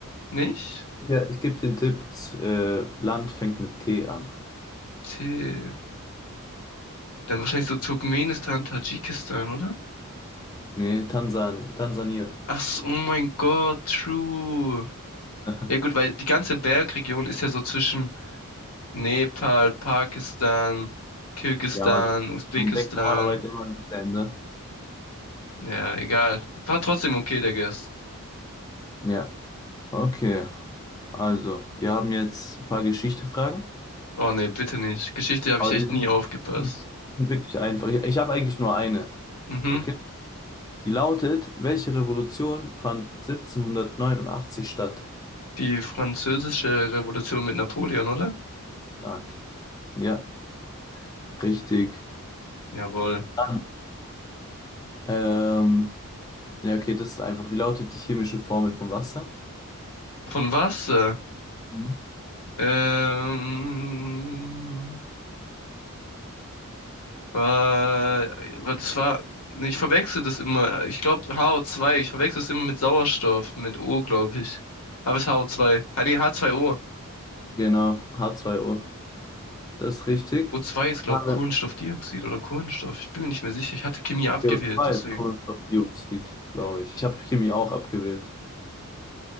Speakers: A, on the left (about 85°); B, on the left (about 15°).
A: Nicht?
B: Ich, ja, ich gebe den Tipp, das äh, Land fängt mit T an.
A: Tee. Dann wahrscheinlich so Turkmenistan, Tadschikistan, oder?
B: Nee, Tansan Tansania.
A: Ach, so, oh mein Gott, true.
B: <laughs>
A: Ja gut, weil die ganze Bergregion ist ja so zwischen Nepal, Pakistan, Kirgisistan,
B: Ja, Mann.
A: Usbekistan.
B: Man denkt normalerweise immer an die Länder.
A: Ja, egal. War trotzdem okay, der Guess.
B: Ja, okay. Also, wir haben jetzt ein paar Geschichte-Fragen.
A: Oh nee, bitte nicht. Geschichte habe
B: Aber
A: ich echt
B: die
A: nie aufgepasst.
B: sind sind wirklich einfach. Ich, ich habe eigentlich nur eine.
A: Mhm.
B: Okay? Die lautet, welche Revolution fand 1789 statt?
A: Die französische Revolution mit Napoleon, oder?
B: Stark. Ja, richtig.
A: Jawohl.
B: Dann, ähm, ja, okay, das ist einfach. Wie lautet die chemische Formel von Wasser?
A: Von was? äh?
B: Mhm.
A: Ähm, äh, wa- das war, nee, ich verwechsel das immer. Ich glaube HO2. Ich verwechsel es immer mit Sauerstoff, mit O, glaube ich. Aber es ist HO2. Ah, nee, H2O.
B: Genau, H2O. Das ist richtig.
A: o zwei ist, glaube
B: Haben
A: ich, Kohlenstoffdioxid
B: wir
A: oder Kohlenstoff. Ich bin mir nicht mehr sicher. Ich hatte Chemie abgewählt,
B: C o 2
A: deswegen.
B: Kohlenstoffdioxid, glaube ich. Ich habe Chemie auch abgewählt.